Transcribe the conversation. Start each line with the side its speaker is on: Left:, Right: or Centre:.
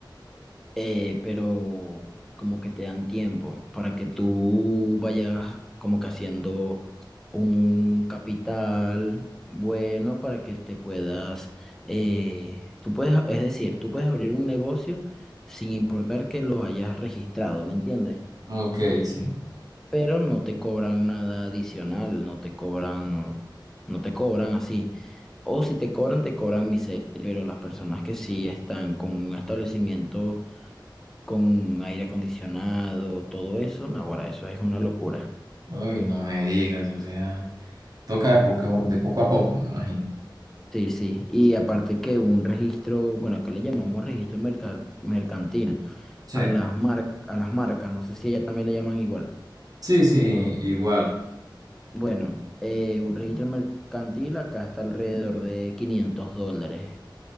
Centre: eh, pero como que te dan tiempo para que tú vayas como que haciendo un capital bueno para que te puedas, eh, tú puedes, es decir, tú puedes abrir un negocio sin importar que lo hayas registrado, ¿me entiendes?
Right: Ok, sí.
Centre: pero no te cobran nada adicional, no te cobran, no te cobran así. O si te cobran, te cobran miseria, pero las personas que sí están con un establecimiento con aire acondicionado, todo eso, no, ahora eso es una locura.
Right: Uy, no me digas, o sea, toca de poco, de poco a poco, me imagino.
Centre: Sí, sí. Y aparte que un registro, bueno, acá le llamamos registro merca- mercantil
Right: Sí.
Centre: a las mar- a las marcas, no sé si ella también le llaman igual.
Right: Sí, sí, igual.
Centre: Bueno, eh, un registro mercantil acá está alrededor de 500 dólares.